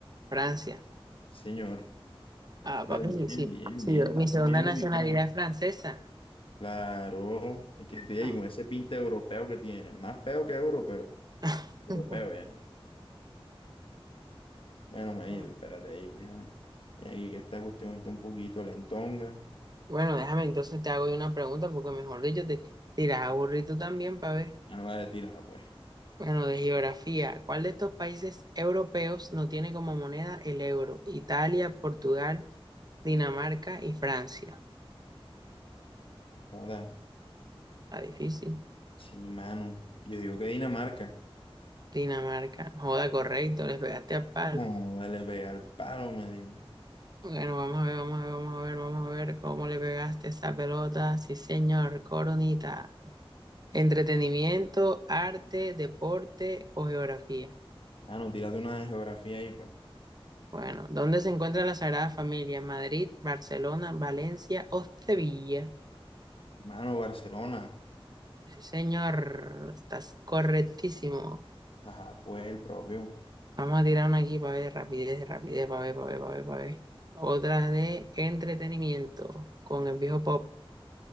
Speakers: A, on the right; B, on the left.
A: Francia.
B: Señor, la
A: Ah,
B: verdad,
A: papi,
B: bien,
A: sí, sí.
B: bien,
A: Sí,
B: bien,
A: yo-
B: estás
A: mi segunda
B: bien ubicado.
A: nacionalidad es francesa.
B: Claro, es que te
A: Ah.
B: digo, con ese pinte europeo que tiene, más peo que euro, pero
A: <laughs>
B: europeo, bien, Bueno, manito,
A: Ah,
B: espérate ahí, ya. Ya aquí que esta cuestión está un poquito lentonga.
A: Bueno, déjame entonces te hago yo una pregunta, porque mejor dicho, te tiras aburrido también, para ver.
B: Ya no vale, tírala, pues.
A: Bueno, de geografía, ¿cuál de estos países europeos no tiene como moneda el euro? Italia, Portugal, Dinamarca y Francia.
B: Joda.
A: Está difícil.
B: Sí, mano. Yo digo que Dinamarca.
A: Dinamarca. No Joda, correcto, les pegaste al palo.
B: No, dale, ve al palo, me digo.
A: Bueno, vamos a ver, vamos a ver, vamos a ver, vamos a ver cómo le pegaste esa pelota. Sí, señor, coronita. Entretenimiento, arte, deporte o geografía.
B: Mano, tírate una de geografía ahí, pues.
A: Bueno, ¿dónde se encuentra la Sagrada Familia? ¿Madrid, Barcelona, Valencia o Sevilla?
B: Mano, Barcelona.
A: Sí, señor, estás correctísimo.
B: Ajá, pues el propio.
A: Vamos a tirar una aquí para ver rapidez, rapidez, para ver, para ver, para ver, para ver. Otra de entretenimiento con el viejo Pop.